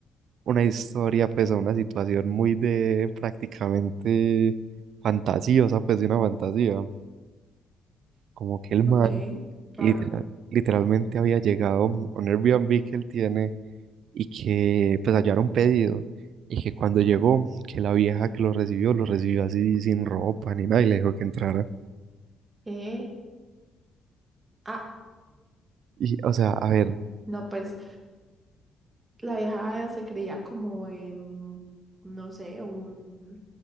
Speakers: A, on the right; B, on the right.
A: una historia, pues, o una situación muy de prácticamente fantasiosa, pues, de una fantasía. Como que el man
B: Ok, raro.
A: literal- literalmente había llegado a un Airbnb que él tiene y que, pues, allá era un pedido. Y que cuando llegó, que la vieja que lo recibió, lo recibió así sin ropa ni nada y le dijo que entrara.
B: Eh, Ah,
A: Y, o sea, a ver.
B: no, pues la vieja se creía como en, no sé, un,